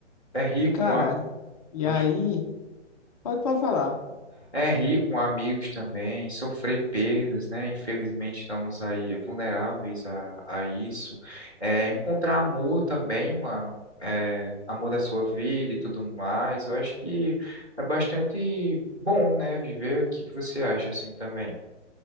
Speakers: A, in the centre; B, on the left.
A: é rir
B: e, cara,
A: com a,
B: e
A: pode-
B: aí? Pode, pode falar.
A: é rir com amigos também, sofrer perdas, né? Infelizmente estamos aí vulneráveis a, a isso. É, encontrar amor também, mano. É, amor da sua vida e tudo mais. Eu acho que é bastante bom, né? Viver. O que que você acha assim também?